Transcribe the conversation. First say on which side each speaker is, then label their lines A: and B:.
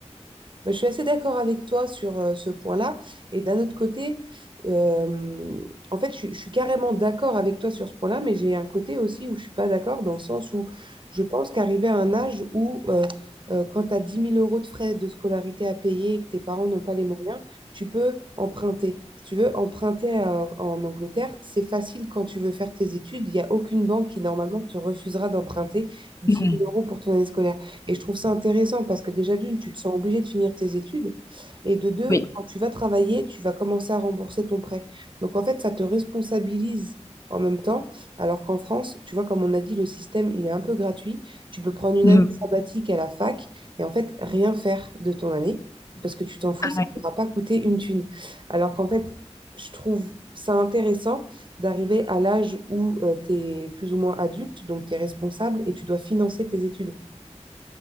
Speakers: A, on the right (about 45°); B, on the left (about 25°).
A: Bah, Je suis assez d'accord avec toi sur euh, ce point-là. Et d'un autre côté, euh, en fait, je, je suis carrément d'accord avec toi sur ce point-là, mais j'ai un côté aussi où je suis pas d'accord, dans le sens où je pense qu'arriver à un âge où, euh, euh, quand tu as 10 000 euros de frais de scolarité à payer et que tes parents n'ont pas les moyens, tu peux emprunter. Si tu veux emprunter à- en Angleterre, c'est facile quand tu veux faire tes études. Il n'y a aucune banque qui, normalement, te refusera d'emprunter dix
B: Mhm.
A: mille euros pour ton année scolaire. Et je trouve ça intéressant parce que déjà, d'une, tu te sens obligé de finir tes études. Et de deux,
B: Oui.
A: quand tu vas travailler, tu vas commencer à rembourser ton prêt. Donc, en fait, ça te responsabilise en même temps. Alors qu'en France, tu vois, comme on a dit, le système, il est un peu gratuit. Tu peux prendre une
B: Mhm.
A: année sabbatique à la fac et en fait, rien faire de ton année parce que tu t'en fous,
B: Ah
A: ça ne t'aura pas coûté une thune. Alors qu'en fait, je trouve ça intéressant d'arriver à l'âge où tu es plus ou moins adulte, donc tu es responsable et tu dois financer tes études.